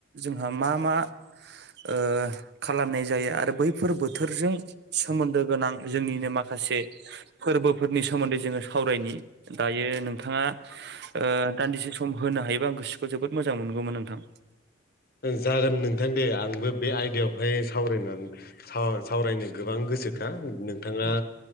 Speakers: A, on the right; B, on the left.
A: जोंहा मा मा ओ खालामनाय जायो आरो बैफोर बोथोरजों सोमोन्दो गोनां जोंनिनो माखासे फोरबोफोरनि सोमोन्दै जोङो सावरायनि दायो नोंथाङा ओ दान्दिसे सम होनो हायोबा आं गोसोखौ जोबोद मोजां मोनगौमोन नोंथां
B: जागोन नोंथां दे आंबो बे आयदायावहाय सावरायनानै सा सावरायनो गोबां गोसोखा नोंथाङा
A: औ